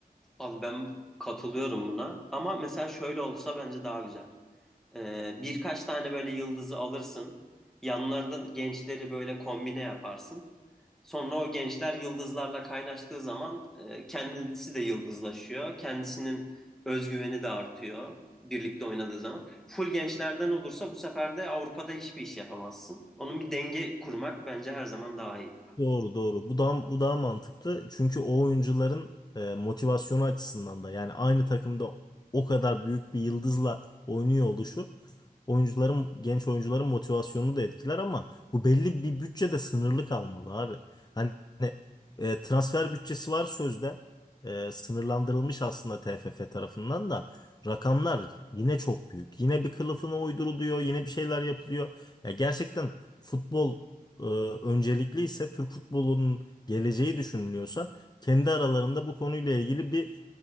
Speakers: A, in the centre; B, on the left.
A: Abi ben katılıyorum buna ama mesela şöyle olsa bence daha güzel. Ee, birkaç tane böyle yıldızı alırsın. Yanlarında gençleri böyle kombine yaparsın. Sonra o gençler yıldızlarla kaynaştığı zaman e, kendisi de yıldızlaşıyor. Kendisinin özgüveni de artıyor birlikte oynadığı zaman. Full gençlerden olursa bu sefer de Avrupa'da hiçbir iş yapamazsın. Onun bir denge kurmak bence her zaman daha iyi.
B: Doğru doğru. Bu daha bu daha mantıklı. Çünkü o oyuncuların e, motivasyonu açısından da yani aynı takımda o kadar büyük bir yıldızla oynuyor oluşu oyuncuların genç oyuncuların motivasyonunu da etkiler ama bu belli bir bütçede sınırlı kalmalı abi. Hani e, transfer bütçesi var sözde. E, sınırlandırılmış aslında TFF tarafından da rakamlar yine çok büyük. Yine bir kılıfına uyduruluyor, yine bir şeyler yapılıyor. Ya gerçekten futbol e, öncelikli ise Türk futbolunun geleceği düşünülüyorsa kendi aralarında bu konuyla ilgili bir